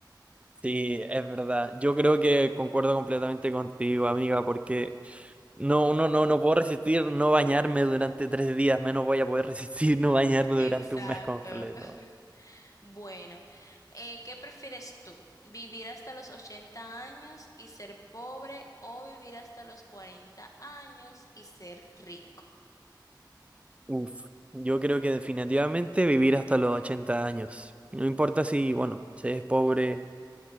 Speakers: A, on the right; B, on the left.
A: Sí, es verdad. Yo creo que concuerdo completamente contigo, amiga, porque no, no, no, no puedo resistir no bañarme durante tres días, menos voy a poder <laughs> resistir no bañarme
B: <laughs> Exacto.
A: durante un mes completo.
B: <laughs> Bueno, eh, ¿qué prefieres tú? ¿Vivir hasta los 80 años y ser pobre o vivir hasta los 40 años y ser rico?
A: Uf, yo creo que definitivamente vivir hasta los 80 años. No importa si, bueno, se es pobre,